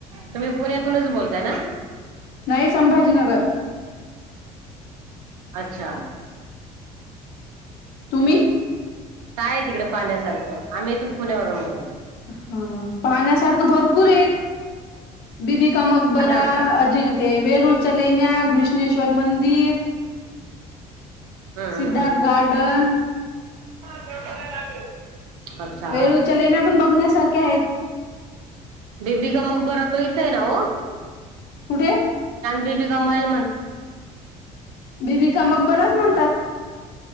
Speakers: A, on the right (about 85°); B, on the left (about 65°).
A: तुम्ही पुण्यातूनच बोलताय ना?
B: नाही संभाजीनगर
A: अच्छा
B: तुम्ही,
A: काय आहे तिकडे पाण्यासारखं आम्ही इथून पुण्यावरून बोल,
B: हा पाहण्यासारखं भरपूर आहे, बीबी का मकबरा
A: सांगा ना
B: अ, ते वेरूळच्या लेण्या घृष्णेश्वर मंदिर,
A: हम्म हम्म
B: सिद्धार्थ
A: हम्म
B: गार्डन,
A: <unintelligible> अच्छा
B: वेरुळ च्या लेण्या पण बघण्यासारख्या आहेत.
A: बीबी का मकबरा तो इथं आहे ना हो,
B: कुठे?
A: बीबी का मल,
B: बीबीिका मग बराच म्हणतात.